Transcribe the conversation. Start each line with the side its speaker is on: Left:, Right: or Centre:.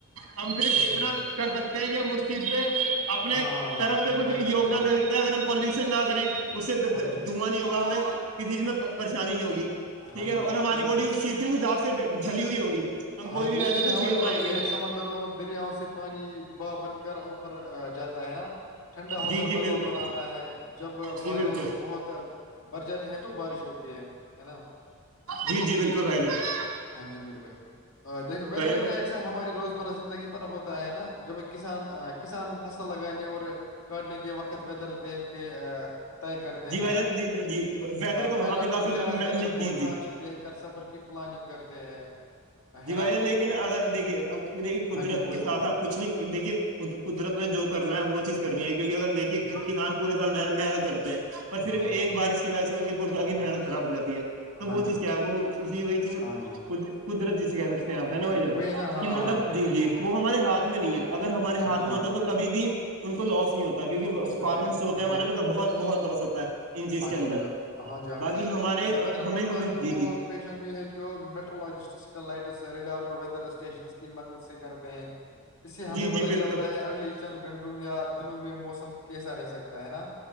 Right: ہم صرف
Left: ہوں
Right: اتنا کر سکتے ہیں کہ ہم اس چیزیں اپنے
Left: ہاں ہاں ہاں
Right: طرف
Left: ہاں
Right: سے
Left: جی
Right: کچھ
Left: بھائی
Right: یوگدان
Left: آپ کی بات صحیح
Right: دے سکتے ہیں اگر ہم پلیوش نہ کریں اس سے
Left: ہے
Right: دھواں
Left: ہاں جی
Right: نہیں ہوگا ہمیں کسی چیز میں پریشانی نہیں ہوگ ٹھیک
Left: ہاں جی
Right: ہے
Left: بھائی
Right: اور ہماری
Left: دیکھو
Right: باڈی اس چیز کے حساب سے ڈھلی ہوئی ہوگی ہم
Left: ہاں
Right: کوئی بھی
Left: جی
Right: ویدر
Left: ایسی
Right: کو جھیل
Left: ہوا چلتی
Right: پائیں گے
Left: ہے سمندر اور دریاؤں سے پانی با بن کر اوپر جاتا ہے نا ٹھنڈا ہو
Right: جی
Left: کر
Right: جی
Left: بادل
Right: بالکل
Left: بناتا ہے جب
Right: جی
Left: بادل
Right: بالکل
Left: بہت بر جاتے ہیں تو بارش ہوتی ہے ہے نا
Right: جی جی بالکل بھائی جانب <unintelligible>
Left: ہاں جی میرے بھائی دیکھو ویدر
Right: جان
Left: کیاسر ہماری روزمرہ زندگی <unintelligible> ہوتا ہے نا جب کسان کسان فصل لگانے اور کاٹنے کے وقت ویدر دیکھ کے طے کر د
Right: جی بھائی
Left: ہیں نا
Right: جان جی جی جی ویدر کا
Left: پلاٹ
Right: وہاں پہ کافی
Left: اور جہاز و <unintelligible>
Right: جی جی
Left: دیکھ کر سفر کی پلاننگ کرتے ہیں ہے
Right: جی
Left: نا
Right: بھائی لیکن اگر دیکھیے ا دیک قدرت
Left: ہاں جی بولیے
Right: کے ساتھ
Left: بولیے
Right: آپ
Left: بولیے
Right: کچھ نہیں دیکھیے <unintelligible> قدرت میں جو کرنا ہے وہ چیز کرنی ہے کیونکہ اگر دیکھیے
Left: ہاں
Right: کہ
Left: جی
Right: کسان پے سال محنت کرتے ہیں پر
Left: ہاں
Right: صرف ایک بارش کی وجہ سے ان کی پےال کی محنت خراب ہو جاتی ہے <unintelligible> تو
Left: ہاں
Right: وہ
Left: جی
Right: چیز کیا ہے وہ اسی وہی چیز
Left: ہاں جی
Right: قدرت جسے کہ سکتے ہیں <unintelligible> آپ ہیں نا بھائی
Left: وہی
Right: ج
Left: نا ہاں
Right: کہ مطلب جی جی وہ ہمارے ہاتھ <unintelligible> میں نہیں ہے اگر ہمارے
Left: ہاں
Right: ہاتھ میں ہوتا تو کبھی بھی ان کو لاس نہیں ہوتا کیونکہ
Left: مثبت
Right: فارمرس جو ہوتا
Left: ہاں
Right: ہے ہمارے
Left: جی
Right: ان کا بہت بہت لاس ہوتا ہے ان چیز
Left: ہاں
Right: کے اندر
Left: جی میرے بھائی، ہاں جی ہاں
Right: باقی
Left: جی
Right: ہمارے
Left: ویدر
Right: ہمیں
Left: فکسٹ
Right: ہمیں جی
Left: وہ
Right: جی
Left: پیشنئی ہے جو میٹرالوجسٹ سیٹلائٹس ریڈیار اور ویدر اسٹیشنس کی مدد سے کر د ہیں <unintelligible> اس سے ہمیں
Right: جی جی
Left: پتہ
Right: بالکل
Left: چلتا ہے اگلے چند گھنٹوں یا دنوں میں موسم کیسا رہ سکتا ہے نا